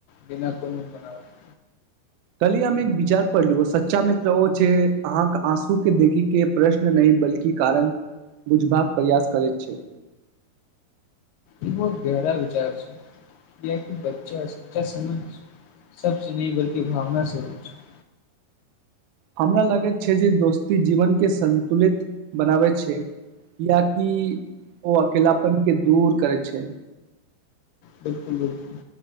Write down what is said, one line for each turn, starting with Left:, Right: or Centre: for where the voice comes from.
Left: बिना कोनो बनावट
Right: कली हम एक विचार पढ़लु सच्चा मित्रो छै अहाँके आँसू के देखी के प्रश्न नहि बल्कि कारण ुझ भाग प्रयास करैत छै।
Left: ई बहुत गहरा विचार छै यक बच्चा सच्चा समझ सबचसँ न बल्ि भावना से होच छै।
Right: हमरा लागै छै जे दोस्त व्यक जीवनके संन्तुलित बनाबै छै किियकि ओ अकेलापन के दूर करै छै।
Left: बिलकुल बिलकुल